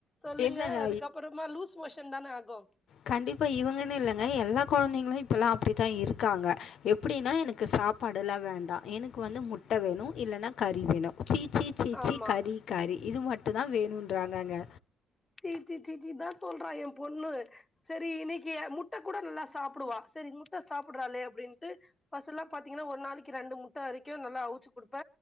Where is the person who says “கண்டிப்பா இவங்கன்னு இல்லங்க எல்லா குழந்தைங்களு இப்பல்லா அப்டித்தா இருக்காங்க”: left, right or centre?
Left